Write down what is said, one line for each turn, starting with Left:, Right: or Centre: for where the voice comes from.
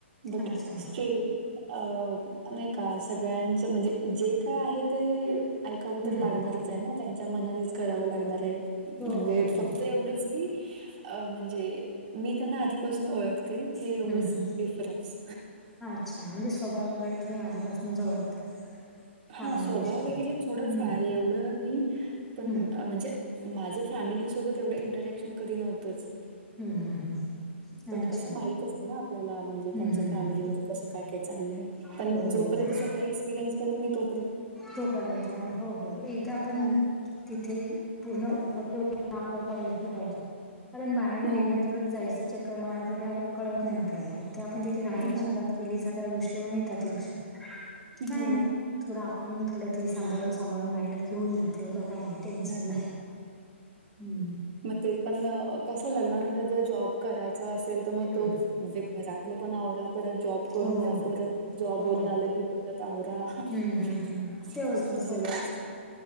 Right: बट
Centre: अच्छा
Right: स्टील अ नाय का सगळ्यांचं म्हणजे जे काय आहे ते ऐक टकाव
Centre: हम्म
Right: तर लागणारचे
Centre: हम्म
Right: ना. त्यांच्या मनानेच करावं लागणारे
Centre: हो
Right: म्हणजे
Centre: हो हो
Right: फक्त एवढंच की, म्हणजे मी त्यांना आधीपासून ओळख ते. हे
Centre: हम्म
Right: एवढंच
Centre: हम्म
Right: डिफरन्स.
Centre: अच्छा, म्हणजे स्वभाव वगैरे तुम्ही आधीपासून ओळखता. चांगली
Right: हा स्वभाव
Centre: गोष्ट आहे
Right: वगैरे थोडं
Centre: हम्म
Right: फार एवढं नाही. पण
Centre: हम्म
Right: म्हणजे माझं फॅमिलीसोबत एवढं इंटरॅक्शन कधी नवतंच.
Centre: हम्म हम्म हम्म.
Right: बट
Centre: अच्छा
Right: कसं माहित असतं ना आपल्याला. म्हणजे
Centre: हम्म
Right: त्यांच्या
Centre: हम्म
Right: फॅमिलीमध्ये कसं काय काय चाललंय? पण
Centre: हो हो
Right: जोपर्यंत
Centre: हो.
Right: स्वतः एक्सपिरियन्स करत नाही, तो
Centre: तोपर्यंत नाही. हो हो. एकदा आपण
Right: हा.
Centre: तिथे पूर्णत आपल्या व्यवस्थित <unintelligible> कारण बाहेरून
Right: हो,
Centre: एखाद दीवस जायचं. चक्कर माारायचं. ते कळत नाही आपल्याला. एक तर आपण तिथे राहायला
Right: हो,
Centre: सुरुवात कर पूर्वीच्या काही गोष्टी येतात म लक्षात. काय
Right: हो.
Centre: नाही थोडं आपण थोडं ते सांभाळून सांभाळून राहिलं घेऊन जात. एवढं काही नाय टेन्शन
Right: हो,
Centre: नाय. हम्म.
Right: ते पण कसं, लग्नानंतर जर जॉब करायचा असेल, तर मग
Centre: हम्म
Right: तो म्हणजे घरातलं पण अवरा. परत जॉब करून
Centre: हो
Right: या. परत जॉब
Centre: हो
Right: वरुन आलं की, परत आवरा. <unintelligible>
Centre: हम्म हम्म हम्म ते असतच
Right: सगळ अस.